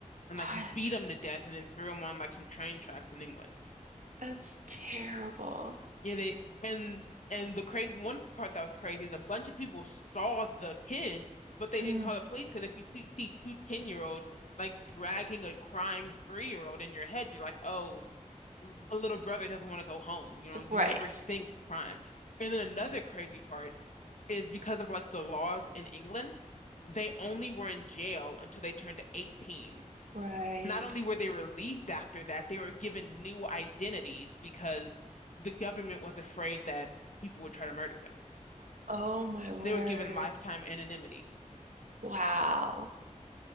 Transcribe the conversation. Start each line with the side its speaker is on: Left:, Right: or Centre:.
Left: and
Right: what?
Left: like beat him to death and then threw him on like some train tracks in England.
Right: That's terrible.
Left: Yeah, they and and the crazy one part that was crazy is a bunch of people saw the kids, but they didn't
Right: Mm.
Left: call the police because if you see see two ten 10-year-olds like dragging a crying three-year-old in your head, you're like, oh, the little brother doesn't want to go home. You know, you
Right: Right.
Left: never think crime. And then another crazy part is because of like the laws in England, they only were in jail until they turned 18.
Right: Right.
Left: not only were they relieved after that, they were given new identities because the government was afraid that people would try to murder them.
Right: Oh my word.
Left: They were given lifetime anonymity.
Right: Wow.